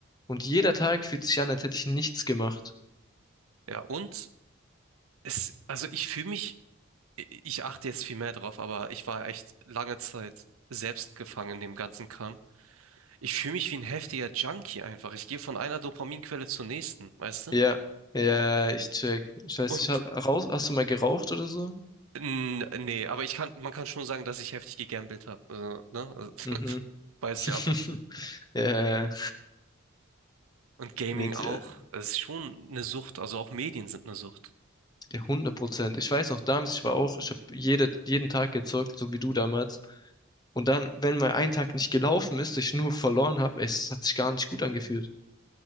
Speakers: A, on the left; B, on the right.
A: und jeder Tag fühlt sich an, als hätte ich nichts gemacht.
B: Ja, und es, also ich fühle mich, i- ich achte jetzt viel mehr drauf, aber ich war echt lange Zeit selbst gefangen in dem ganzen Kram. Ich fühle mich wie ein heftiger Junkie einfach. Ich gehe von einer Dopaminquelle zur nächsten, weißt du?
A: Ja, ja, ich check. Ich weiß
B: Und
A: nicht, ha- raus, hast du mal geraucht oder so?
B: N nee, aber ich kann, man kann schon sagen, dass ich heftig gegambelt habe. Also, ne? Also, <laughs>
A: Mhm.
B: weiß
A: <laughs>
B: ja auch.
A: Ja,
B: Und Gaming
A: nee, die,
B: auch.
A: äh,
B: Es ist schon eine Sucht. Also auch Medien sind eine Sucht.
A: ja, 100 Prozent. Ich weiß noch, damals, ich war auch, ich habe jede, jeden Tag gezockt, so wie du damals. Und dann, wenn mal ein Tag nicht gelaufen ist, ich nur verloren habe, es hat sich gar nicht gut angefühlt.